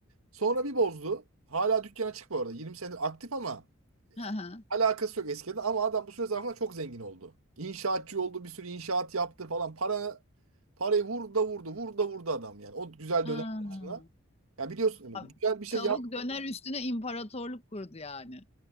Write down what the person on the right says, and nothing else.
sonra bir bozdu. Hala dükkan açık bu arada. 20 senedir aktif ama
yani
alakası yok eskiden ama adam bu süre zarfında çok zengin oldu. İnşaatçı oldu bir sürü inşaat yaptı falan. Para, parayı vurdu da vurdu vurdu da vurdu adam yani. O güzel
dönem hatırına. Ya biliyorsun yani
güzel bir şey
yap,